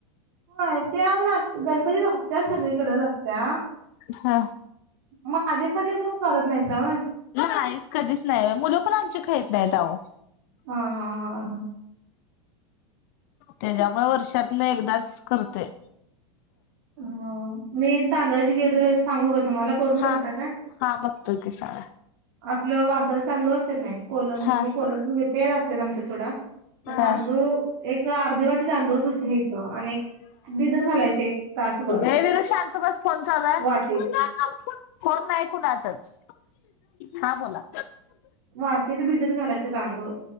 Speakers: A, on the right (about 45°); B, on the left (about 35°).
A: होय त्या गणपतीत असत्या सगळीकडेच असत्या
B: हा
A: म आधी मधी पण करत नाहीसा व्हय?
B: नाहीच कधीच नाही मुलं पण आमची खाइत नाहीत आवो.
A: हा हा हा हा.
B: त्याज्यामुळं वर्षातनं एकदाच करतोय.
A: अ, मी तांदळाची खीर सांगू का तुम्हाला? करून
B: हा.
A: बघता का?
B: हा बघतोय की साळा.
A: आपलं वासाचं तांदुळ आसत्यात नाय कोलमच
B: हा
A: मी
B: हा
A: कोलमच घेते तेच असतंय आमच्यात सोडा. ते तांदूळ
B: हा.
A: एक अर्धी वाटी तांदूळ ब घ्यायच, आणि एक भिझत घालायचे. तासभर
B: ए विरु शांत बस फोन चालू हाय.
A: वाटीत
B: कुणाचा फोन. फोन नाय कुणाचच. हा बोला.
A: वाटीत भिजत घालायच तांदूळ.